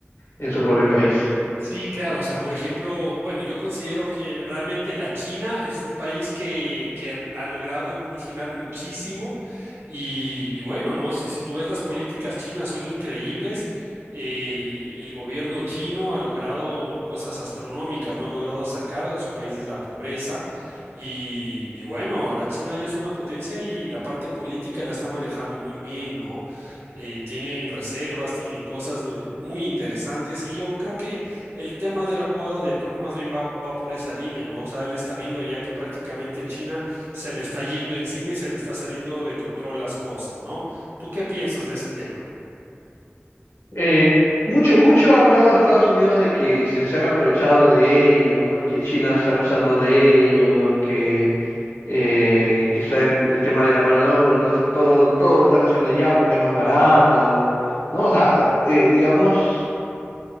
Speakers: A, on the left; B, on the right.
A: en su propio país.
B: Sí, claro, o sea, por ejemplo, bueno, yo considero que realmente la China es un país que, que ha logrado evolucionar muchísimo y, y bueno, no sé, si tú ves las políticas chinas son increíbles, el, el gobierno chino ha logrado cosas astronómicas, no ha logrado sacar de su país de la pobreza y, y bueno, ahora China ya es una potencia y la parte política la está manejando muy bien, ¿no? Eh, tienen reservas, tienen cosas eh, muy interesantes y yo creo que el tema de la jugada de tron más bien va, va por esa línea, ¿no? O sea, él está viendo ya que prácticamente China se le está yendo encima y se le está saliendo de control las cosas, ¿no? ¿Tú qué piensas de ese tema?
A: Eh, mucho, mucho ha hablado Estados Unidos de que se, se han aprovechado de ellos, ¿no? Que China está abusando de ellos, que eh, que está en el tema de la mano de obra, todo, es- todo, todo lo están haciendo ya porque es más barato, ¿no? O sea, eh, digamos,